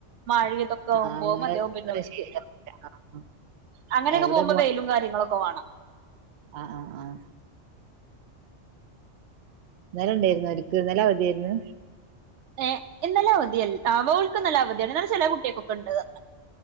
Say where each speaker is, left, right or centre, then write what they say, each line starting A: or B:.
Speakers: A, on the right (about 75°); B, on the right (about 60°).
A: മാഴെയും ഇതൊക്കെ
B: ആഹ്
A: ആവ്മ്പോ
B: മഴ
A: മതിയാവും പിന്നെ ഓര്ക്ക്
B: ശരിയാവൂല ആഹ്
A: അങ്ങനെക്കെ
B: എവിടെ
A: പോമ്പാം വെയിലും കാര്യങ്ങളും ഓക്കെ വാണം
B: ആഹ ആഹ ആഹ ഇന്നലെ ഇണ്ടോര്ന്നു ഹരിക്ക് ഇന്നലെ അവധിയേര്ന്ന്
A: ഏ ഇന്നലെ അവധിയല് ആഹ ഓള്ക്ക് ഇന്നലെ അവധിയാണ് ന്നലെ ചെലെ കുട്ടിയേകൊക്കെണ്ട് അർഞ്